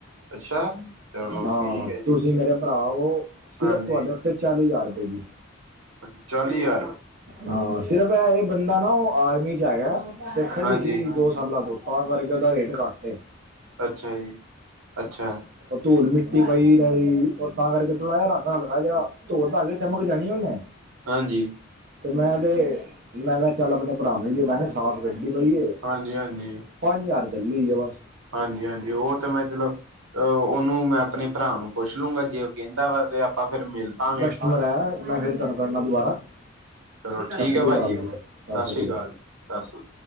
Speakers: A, on the right; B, on the right.
A: ਅੱਛਾ। ਚਲੋ
B: ਹਾਂ,
A: ਠੀਕ ਹੈ ਜੀ
B: ਤੁਸੀ ਮੇਰੇ ਪਰਾ ਓ ਸਿਰਫ
A: ਹਾਂਜੀ
B: ਤੁਆਡੇ ਆਸਤੇ ਚਾਲੀ ਹਜਾਰ ਰਪਏ ਦੀ।
A: ਅ ਚਾਲੀ ਜਾਰ।
B: ਹਾਂ, ਸਿਰਫ ਐਏ ਬੰਦਾ ਨਾ ਓ ਆਰਮੀ 'ਚ ਹੈਗਾ ਤੇ, ਖੜੀ
A: ਹਾਂਜੀ
B: ਸੀ ਦੋਸਤ ਸਾਲਾ ਤੋਂ ਤਾਂ ਕਰਕੇ ਓਦਾ ਰੇਟ ਕੱਟ ਏ।
A: ਅੱਛਾ ਜੀ, ਅੱਛਾ।
B: ਓ ਤੁਲ-ਮਿੱਟੀ ਪਈ ਰਹੀ ਓਤਾਂ ਕਰਕੇ ਥੋੜਾ ਜਾ ਰੰਗ ਹਲਕਾ ਜੇਆ ਓ ਧੋ-ਧਾ ਕੇ ਚਮਕ ਜਾਣੀ ਓਨੇ।
A: ਹਾਂਜੀ।
B: ਮੈ ਤੇ ਮੈ ਤੇ ਚਲ ਅਪਨੇ ਪਰਾ ਨੂੰ ਦਿਖਾਵਾਂ ਸਾਫ ਗਢੀ ਪਈਏ।
A: ਹਾਂਜੀ-ਹਾਂਜੀ।
B: ਪੰਜ ਜਾਰ ਚਲੀ ਹੋਈ ਏ ਬਸ।
A: ਹਾਂਜੀ-ਹਾਂਜੀ ਓ ਤੇ ਮੈ ਚਲੋ ਓਨੂੰ ਮੈ ਅਪਨੇ ਪਰਾ ਨੂੰ ਪੁੱਛ ਲਾਗਾਂ ਜੇ ਓ ਕੈਂਦਾ ਵਾ ਤੇ ਆਪਾ ਫਿਰ ਮਿਲ ਪਾਗੇ।
B: ਅਗਰ ਐ, ਮੈ ਫੇਰ ਕਰਦਾ ਤੁਆਨੁ ਦੁਬਾਰਾ।
A: ਚਲੋ ਠੀਕੈ
B: ਸਤਿ ਸ੍ਰੀ
A: ਪਾਜੀ,
B: ਅਕਾਲ ਜੀ
A: ਸਤਿ
B: ਸ੍ਰੀ
A: ਸ਼੍ਰੀ ਅਕਾਲ ਜੀ ਸਤਿ ਸ੍ਰੀ ਅਕਾਲ।